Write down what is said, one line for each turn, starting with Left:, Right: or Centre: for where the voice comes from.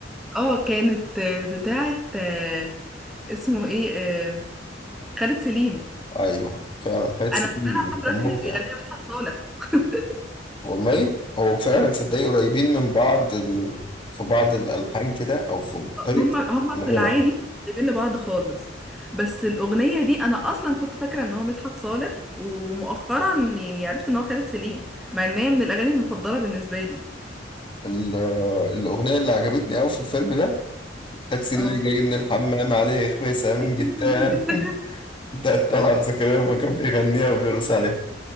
Centre: اه كانت آه، بتاعه آه، اسمه ايه آه، خالد سليم
Left: أيوه فعلا خالد سليم
Centre: انا مقتنعه لحد دلوقتي
Left: كان مبدع
Centre: ان اللي بيغنيها مدحت صالح <laughs>
Left: والله هو فعلا صدقني قريبين من بعض ال... في بعض الألحان كده أو في طريقة
Centre: هم هم
Left: الغنى
Centre: في العادي سايبين لبعض خالص بس الاغنيه دي انا اصلا كنت فاكره ان هو مدحت صالح ومؤخرا يعني عرفت ان هو خالد سليم مع ان هي من الاغاني المفضله بالنسبه لي
Left: ال- آه، الأغنية اللي عجبتني أوي في الفيلم ده التاكسي
Centre: اه
Left: اللي جاي من الحمام عليه خميسة من
Centre: <laughs>
Left: جتان
Centre: جدا.
Left: <laughs> بتاعت طلعت زكريا ما كان بيغنيها وبيرقص عليها